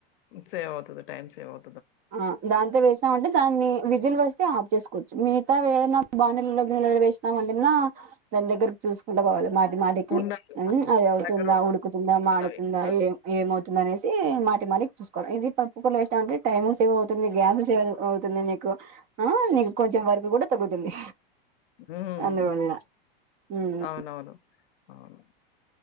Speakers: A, on the left (about 70°); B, on the right (about 30°).
A: సేవ్ అవుతది టైమ్ సేవ్ అవ
B: ఆ దాంతో వేసినాం అంటే దాన్ని వి విజిల్స్ వస్తే ఆఫ్ చేసుకోవచ్చు మిగతావి ఏదైనా బా నెలలో వేసినా అన్నా దాని దగ్గర చూసుకుంట పోవాలి మా మాటికి
A: ఉండాలి.
B: అది అని అవుతుందా
A: దగ్గర
B: ఉడుకుతుందా,
A: ఉండాలి
B: మాడుతుందా
A: కదవి.
B: ఏమౌ అనేసి మాటి మాడికి చూసుకోవా ఇది పప్పు కల సండి టైమ్ సేవ్ అవుతుంది గ్యాస్ సేవ్ అవుతుంది నీకు ఆ నీకు కొంచెం వర్క్ కూడా తగ్గుతుంది
A: హ్మ్మ్
B: అందువల్ల ఉమ్
A: అవునవును అవును